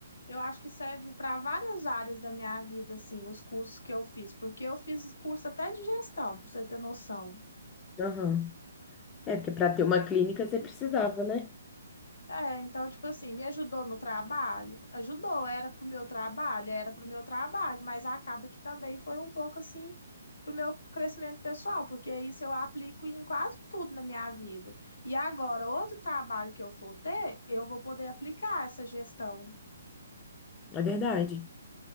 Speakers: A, on the left; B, on the left.
A: eu acho que serve para várias áreas da minha vida, assim, os cursos que eu fiz, porque eu fiz curso até de gestão, para você ter noção.
B: Aham. É, porque para ter uma clínica você precisava, né?
A: É, então, tipo assim, me ajudou no trabalho? Ajudou, era pro meu trabalho, era pro meu trabalho, mas acaba que também foi um pouco assim pro meu crescimento pessoal, porque isso eu aplico em quase tudo na minha vida. E agora, outro trabalho que eu for ter, eu vou poder aplicar essa gestão.
B: É verdade.